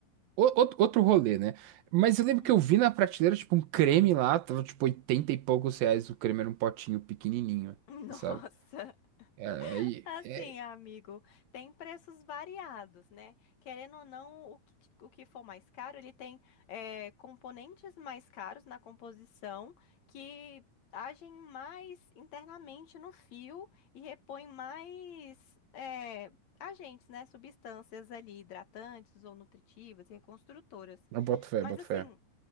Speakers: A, on the right (about 75°); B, on the left (about 55°).
A: o- out- Outro rolê, né? Mas eu lembro
B: uhum.
A: que eu vi na prateleira, tipo, um creme lá, tava tipo 80 e poucos reais. O creme era um potinho pequenininho,
B: <laughs> Nossa!
A: sabe? É, Aí,
B: Assim,
A: é,
B: amigo, tem preços variados, né? Querendo ou não, o que, o que for mais caro, ele tem eh, componentes mais caros na composição que agem mais internamente no fio e repõem mais eh, agentes, né? Substâncias ali, hidratantes ou nutritivas e reconstrutoras.
A: Eu boto fé,
B: Mas
A: boto
B: assim.
A: fé.